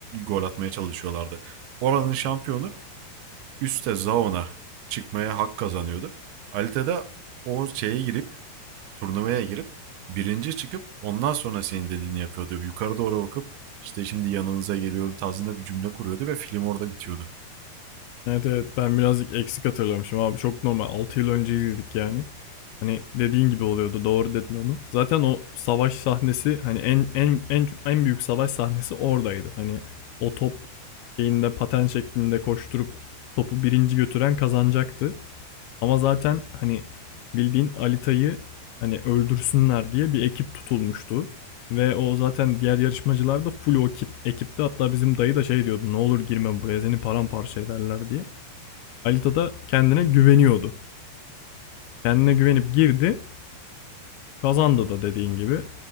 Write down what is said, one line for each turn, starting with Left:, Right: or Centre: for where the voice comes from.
Right: gol atmaya çalışıyorlardı. Oranın şampiyonu üstte Zaun'a çıkmaya hak kazanıyordu. Alita da o şeye girip turnuvaya girip birinci çıkıp ondan sonra senin dediğini yapıyordu. Yukarı doğru bakıp işte şimdi yanınıza geliyorum tarzında bir cümle kuruyordu ve film orada bitiyordu.
Left: Evet evet ben birazcık eksik hatırlamışım abi çok normal 6 yıl önce izledik yani. Hani dediğin gibi oluyordu doğru dedin onu. Zaten o savaş sahnesi hani en en en en büyük savaş sahnesi oradaydı. Hani o top şeyinde paten şeklinde koşturup topu birinci götüren kazanacaktı. Ama zaten hani bildiğin Alita'yı hani öldürsünler diye bir ekip tutulmuştu. Ve o zaten diğer yarışmacılar da full o ekip, ekipti. Hatta bizim dayı da şey diyordu ne olur girme buraya seni paramparça ederler diye. Alita da kendine güveniyordu. Kendine güvenip girdi. Kazandı da dediğin gibi.